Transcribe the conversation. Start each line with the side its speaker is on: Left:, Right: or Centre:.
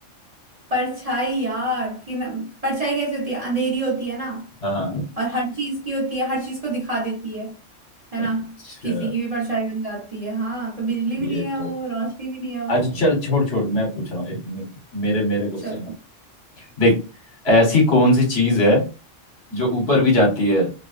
Right: परछाई यार कि न, परछाई कैसी होती है अंधेरी होती है ना
Left: हाँ हाँ।
Right: और हर चीज की होती है हर चीज को दिखा देती है है
Left: अच्छा
Right: ना किसी की भी परछाई बन जाती है हाँ तो बिजली भी
Left: ये
Right: नहीं है
Left: तो
Right: वो रोशनी भी नहीं है वो
Left: अच्छा चल छोड़ छोड़ मैं पूछ रहा हूँ एक मे- मेरे मेरे क्वेश्चन
Right: चलो
Left: का देख ऐसी कौन सी चीज है जो ऊपर भी जाती है